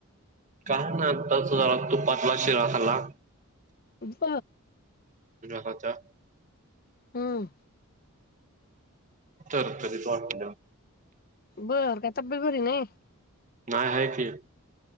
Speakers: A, on the right; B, on the left.
A: काय नाही आताच जरा तुपातला शिरा खाला.
B: उप
A: खचा.
B: हम्म.
A: तर कधीच वाट
B: बर काता बबरी नाही.
A: नाही आहे की